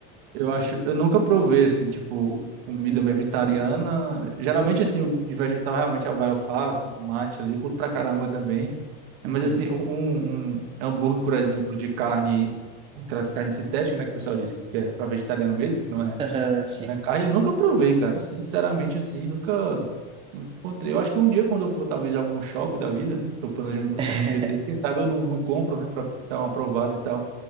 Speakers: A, on the right; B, on the right.
A: Eu acho, eu nunca provei assim, tipo, comida
B: Uhum.
A: vegetariana. Geralmente assim, o de vegetal realmente vai alface, tomate ali, curto pra caramba também.
B: Uhum.
A: Mas assim, um, um um hambúrguer, por exemplo, de carne, aquelas carnes sintéticas, né, que o pessoal diz que é pra vegetariano mesmo, que não é,
B: Aham, sim.
A: não é carne, eu nunca provei, cara. Sinceramente assim, nunca nunca encontrei. Eu acho que um dia quando eu for talvez a algum shopping da vida, né, tô planejando pro
B: <laughs>
A: cinema um dia desse, quem sabe eu não, não compro, né, pra dar uma provada e tal.